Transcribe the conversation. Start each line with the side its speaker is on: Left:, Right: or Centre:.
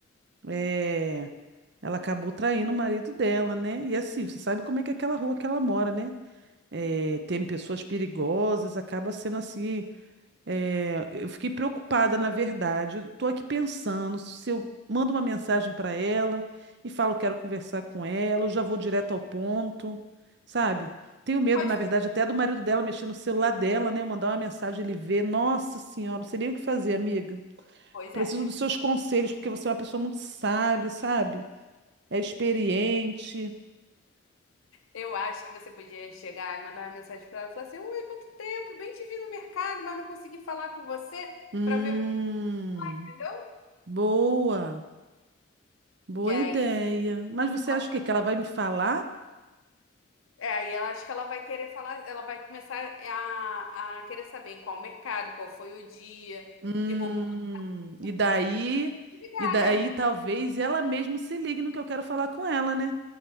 Right: é, ela acabou traindo o marido dela, né? E assim, você sabe como é que é aquela rua que ela mora, né? É, tem pessoas perigosas, acaba sendo assim É, eu fiquei preocupada, na verdade. Eu tô aqui pensando se eu mando uma mensagem para ela e falo que quero conversar com ela, eu já vou direto ao ponto, sabe? Tenho medo,
Left: Você Pode.
Right: na verdade, até do marido dela mexer no celular dela, né? Eu mandar uma mensagem, ele ver. Nossa Senhora, não sei nem o que fazer, amiga.
Left: Pois
Right: Preciso
Left: é.
Right: dos seus conselhos, porque você é uma pessoa muito sábia, sabe? É experiente.
Left: Eu acho que você podia chegar e mandar uma mensagem para ela e falar assim: Ui, quanto tempo, bem te vi no mercado, mas não consegui falar com você
Right: Hum,
Left: para ver, entendeu?
Right: boa, boa
Left: Que aí,
Right: ideia. Mas você
Left: ela
Right: acha
Left: pode-
Right: o quê? Que ela vai me falar?
Left: é, aí ela acho que ela vai querer falar, ela vai começar a, a querer saber em qual mercado, qual foi o dia,
Right: Hum,
Left: que roupa.
Right: e daí,
Left: E aí, ligar,
Right: e daí
Left: né?
Right: talvez ela mesmo se ligue no que eu quero falar com ela, né?